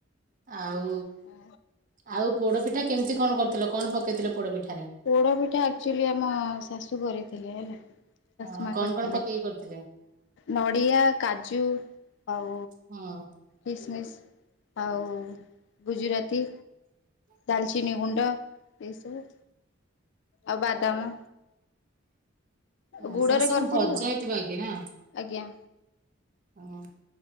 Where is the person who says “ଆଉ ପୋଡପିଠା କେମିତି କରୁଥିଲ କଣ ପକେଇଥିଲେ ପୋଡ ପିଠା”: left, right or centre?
Right